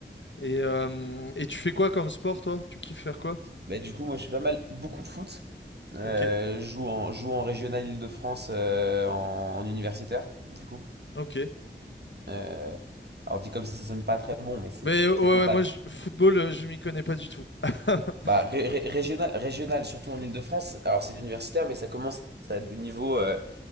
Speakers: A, on the left; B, on the right.
A: Et euh, et tu fais quoi comme sport, toi? Tu kiffes faire quoi?
B: Bah, du coup, moi, je fais pas mal, beaucoup de foot. Euh,
A: Ok,
B: je joue en, je joue en régional Île-de-France, euh, en en universitaire, du coup.
A: ok.
B: Euh, alors dit comme ça, ça sonne pas très bon, mais c'est
A: Mais ouais,
B: plutôt
A: ouais,
B: pas
A: moi, je- football, euh, je m'y connais pas du tout. <laughs>
B: Bah, ré- ré- régional, régional, surtout en Île-de-France, alors c'est de l'universitaire, mais ça commence à des niveaux, euh,